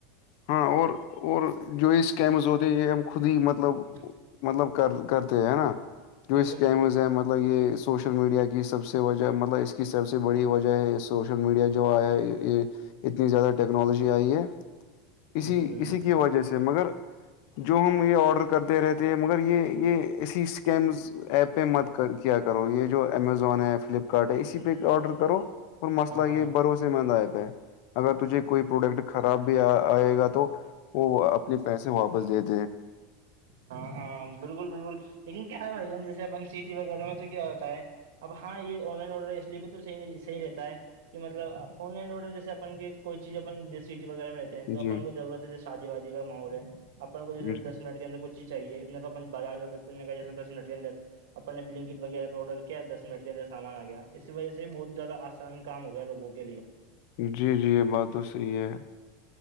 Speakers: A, on the left (about 60°); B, on the right (about 85°).
A: ہاں اور اور جو اسکیمز ہوتے یہ ہم خود ہی مطلب
B: <unintelligible>
A: مطلب کر کرتے ہے نا جو
B: بالکل
A: اسکیمز
B: بالکل
A: ہیں مطلب یہ سوشل میڈیا کی سب سے وجہ مطلب اس کی سب سے بڑی وجہ ہے سوشل میڈیا جو آیا یہ اتنی زیادہ ٹیکنالوجی آئی ہے
B: بالکل
A: اسی
B: بالکل
A: اسی کی وجہ سے مگر جو ہم یہ آڈر کرتے رہتے ہیں مگر یہ یہ اسی اسکیمز ایپ پہ مت کیا کرو یہ جو امیزون ہے فلپکارٹ ہے اسی پہ آرڈر کرو اور مسئلہ
B: ہاں ہاں
A: یہ بھروسے مند آیاتا ہے اگر تجھے کوئی پروڈکٹ خراب بھی آئے گا تو وہ اپنے پیسے واپس دے د
B: ہاں ہاں بالکل بالکل لیکن کیا ہےائی جےا جسے اپن سٹی وغیرہ میں تو کیا ہوتا ہے اب ہاں یہ آن لائن آڈر اس لیے بھی تو صحی صحی رہتا ہے کہ مطلب آن لائن آرڈر جیسےن کوئی چیز اپن سٹی وغیرہ ملتی تو
A: جی
B: اپن کو ضرورت ہے جو شادی وادی کا ماحول ہے اپن کو جیسے
A: جی
B: دس منٹ اندر کچ چیز چاہیے نہ تو اپ بازار جاکتے ہیں نہ کہ ج سکتے دس منٹ کے اندر اپنے بلکٹ وغیرہ آڈر کر کیا دس منٹ کے اندر سامان آ گیا اسی وجہ سے بہت زیادہ آسان کام ہو گیا ہےوگوں کے لیے
A: جی جی یہ بات تو صحیح ہے